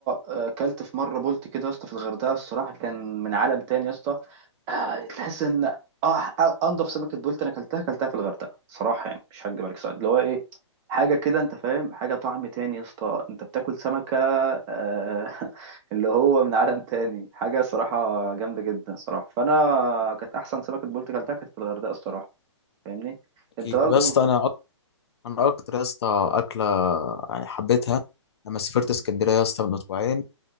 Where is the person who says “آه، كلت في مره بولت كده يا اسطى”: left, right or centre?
Right